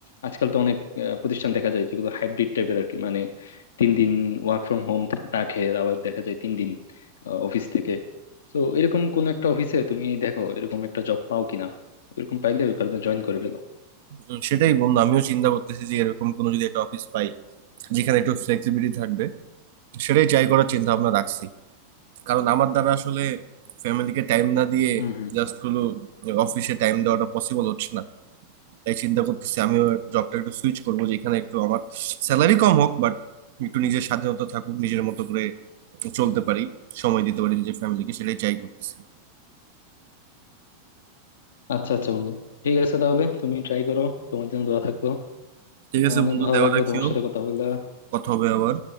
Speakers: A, on the left; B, on the right.
A: আজকাল তো অনেক আহ, প্রতিষ্ঠান দেখা যায় যেগুলো হাইব্রিড টাইপের আর কি মানে তিন দিন ওয়ার্ক ফ্রম হোম রাখে আবার দেখা যায় তিন দিন অফিস থেকে তো এরকম কোন একটা অফিসে তুমি দেখো এরকম একটা জব পাও কিনা এরকম পাইলে ওখানে জয়েন করে ফেলো
B: উম, সেটাই বন্ধু আমিও চিন্তা করতেছি যে এরকম কোনো যদি একটা অফিস পাই যেখানে একটু ফ্লেক্সিবিলিটি থাকবে সেটাই ট্রাই করার চিন্তা ভাবনা রাখছি কারণ আমার দ্বারা আসলে ফ্যামিলিকে টাইম না দিয়ে
A: হুম হুম
B: জাস্ট হলো অফিসে টাইম দেওয়াটা পসিবল হচ্ছে না তাই চিন্তা করতেছি আমিও জবটা একটু সুইচ করবো যেখানে একটু আমার স্যালারি কম হোক বাট একটু নিজের স্বাধীনতা থাকুক নিজের মতো করে চলতে পারি সময় দিতে পারি নিজের ফ্যামিলিকে সেটাই ট্রাই করতেছি
A: আচ্ছা আচ্ছা বন্ধু ঠিক আছে তাহলে তুমি ট্রাই করো তোমার জন্য দোয়া থাকলো
B: ঠিক
A: আহ,
B: আছে
A: অনেক
B: বন্ধু
A: ভালো
B: দেওয়া
A: লাগলো
B: রাখিও
A: তোমার সাথে কথা বললা
B: কথা হবে আবার